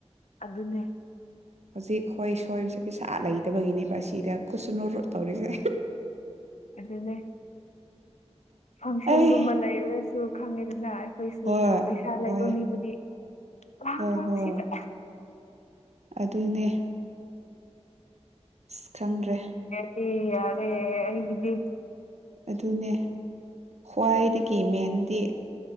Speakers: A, on the left (about 85°); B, on the right (about 75°).
A: ꯑꯗꯨꯅꯦ
B: ꯍꯧꯖꯤꯛ ꯍꯣꯏ ꯑꯩꯈꯣꯏꯁꯨ ꯄꯩꯁꯥ ꯂꯩꯇꯕꯒꯤꯅꯦꯕ ꯁꯤꯗ ꯀꯨꯠꯁꯨꯅ ꯔꯨꯠ ꯇꯧꯔꯤꯁꯦ
A: ꯑꯗꯨꯅꯦ ꯐꯪꯁꯟꯒꯨꯝꯕ
B: ꯑꯩ
A: ꯂꯩꯔꯦ ꯈꯪꯉꯦꯗꯅ ꯑꯩꯈꯣꯏꯁꯨ
B: ꯍꯣꯏ
A: ꯄꯩꯁꯥ ꯂꯩꯕ
B: ꯍꯣꯏ
A: ꯃꯤꯕꯨꯗꯤ ꯑꯥꯡ
B: ꯍꯣꯏ ꯍꯣꯏ
A: ꯁꯤꯗ
B: ꯑꯗꯨꯅꯦ ꯑꯁ ꯈꯪꯗ꯭ꯔꯦ
A: ꯁꯤ ꯌꯥꯔꯦ ꯑꯩꯒꯤꯗꯤ
B: ꯑꯗꯨꯅꯦ ꯈ꯭ꯋꯥꯏꯗꯒꯤ ꯃꯦꯟꯗꯤ